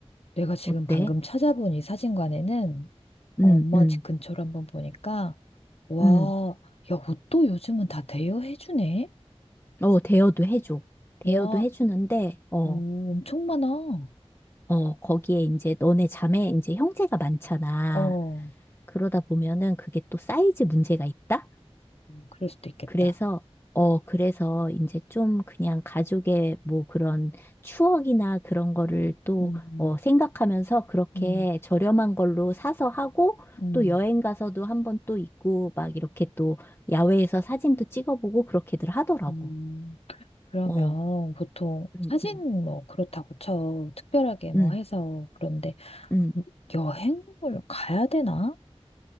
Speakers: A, on the left; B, on the left.
A: 내가 지금
B: 어때?
A: 방금 찾아본 이 사진관에는
B: 응,
A: 어, 엄마
B: 응,
A: 집 근처로 한번 보니까 와,
B: 응.
A: 야, 옷도 요즘은 다 대여해주네.
B: 어, 대여도 해줘. 대여도
A: 와,
B: 해주는데, 어,
A: 오, 엄청 많아. 어,
B: 어, 거기에 이제 너네 자매, 이제 형제가 많잖아.
A: 어,
B: 그러다 보면은 그게 또 사이즈 문제가 있다?
A: 그럴 수도 있겠다.
B: 그래서, 어, 그래서 이제 좀 그냥 가족의 뭐 그런 추억이나 그런 거를 또,
A: 음,
B: 어, 생각하면서 그렇게
A: 음,
B: 저렴한 걸로 사서 하고
A: 음,
B: 또 여행 가서도 한번 또 있고 막 이렇게 또 야외에서 사진도 찍어보고 그렇게들 하더라고.
A: 음. 그러면
B: 어,
A: 보통
B: 음,
A: 사진
B: 음,
A: 뭐 그렇다고 쳐. 특별하게 뭐
B: 음,
A: 해서 그런데
B: 음.
A: 여행을 가야 되나?